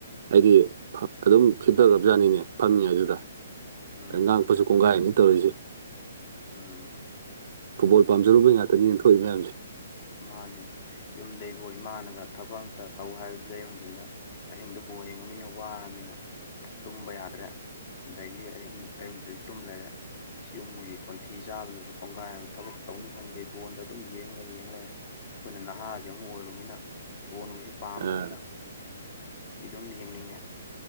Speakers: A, on the right; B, on the left.
A: ꯍꯥꯏꯗꯤ ꯐꯛ ꯑꯗꯨꯝ ꯐꯤꯠ ꯇꯧꯒꯞꯖꯥꯠꯅꯤꯅꯦ ꯐꯝꯃꯤꯉꯩꯗꯨꯗ
B: ꯎꯝ
A: ꯑꯗ ꯉꯥꯡꯄꯁꯨ ꯀꯣꯡꯒꯥꯏ ꯑꯝꯅꯤ ꯇꯧꯔꯤꯁꯤ
B: ꯎꯝ
A: ꯐꯨꯠꯕꯣꯜ ꯄꯝꯖꯨꯕꯩ ꯉꯥꯛꯇꯅꯤꯅꯦ ꯊꯣꯛꯏ ꯃꯌꯥꯝꯁꯦ
B: ꯃꯥꯅꯤ ꯌꯨꯝꯗꯩꯕꯨ ꯏꯃꯥꯅꯒ ꯊꯕꯛ ꯑꯝꯇ ꯇꯧ ꯍꯥꯏꯁꯦ ꯑꯌꯨꯅꯨꯡꯊꯤꯟꯗ ꯑꯍꯤꯡꯗꯨ ꯕꯣꯜ ꯌꯦꯡꯉꯃꯤꯅ ꯋꯥꯔꯃꯤꯅ ꯇꯨꯝꯕ ꯌꯥꯗ꯭ꯔꯦ ꯑꯗꯒꯤ ꯑꯩ ꯅꯨꯡ ꯑꯌꯨꯛ ꯅꯨꯡꯊꯤꯟ ꯇꯨꯝ ꯂꯩꯔꯦ ꯌꯨꯝꯒꯤ ꯀꯣꯟꯊꯤ ꯆꯥꯕꯅꯁꯨ ꯀꯣꯡꯒꯥꯏ ꯑꯃ ꯊꯕꯛ ꯇꯧꯅꯤ ꯈꯪꯗꯦ ꯕꯣꯟꯗ ꯑꯗꯨꯝ ꯌꯦꯡꯂꯩ ꯌꯦꯡꯂꯦ ꯑꯩꯈꯣꯏꯅ ꯅꯍꯥꯥꯁꯦ ꯑꯃꯨꯛ ꯑꯣꯏꯔꯨꯃꯤꯅ ꯕꯣ ꯅꯨꯡꯁꯦ ꯄꯥꯝꯕꯅꯤꯅ
A: ꯑꯥ
B: ꯏꯗꯨꯝ ꯌꯦꯡꯅꯤꯡꯉꯦ